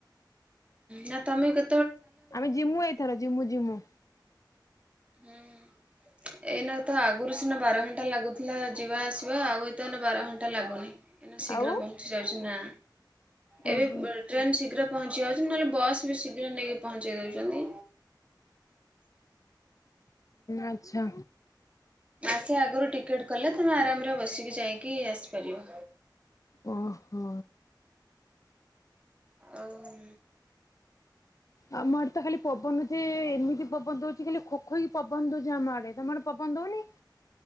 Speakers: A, on the right; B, on the left.
A: ନା ତମେ କେ
B: ଆମେ ଜିମୁ ଏଇଥର ଜିମୁ ଜିମୁ।
A: ହୁଁ ହୁଁ ଏଇନା ତ ଆଗରୁ ସିନା ବାର ଘଣ୍ଟା ଲାଗୁଥିଲା ଯିବା ଆସିବା ଆଉ ଏତ ଏ ବାର ଘଣ୍ଟା ଲାଗୁନି। ଏଇନୁ ଶୀଘ୍ର
B: ଆଉ
A: ପହଞ୍ଚି ଯାଉଛି ନା ଏବେ
B: ଓହୋ। ହୁଁ
A: ଟ୍ରେନ ଶୀଘ୍ର ପହଞ୍ଚି ଯାଉ ନହେଲେ ବସ୍ ବି ଶୀଘ୍ର ନେଇକି ପହଞ୍ଚେଇ ଦଉଛନ୍ତି।
B: ଆଛା
A: ଆସ ଆଗରୁ ଟିକେଟ୍ କଲେ ତମେ ଆରାମରେ ବସିକି ଯାଇକି ଆସିପାରିବ।
B: ଓହୋ
A: ଆଉ।
B: ଆମର ତ ଖାଲି ପବନ ଯେ ଏମିତି ପବନ ଦଉଛି ଆଜି ଖାଲି ଖୋଖୋହୋଇ ପବନ ଦଉଛି ଆମେ ଆଡେ ତମ ଆଡେ ପବନ ଦଉନି।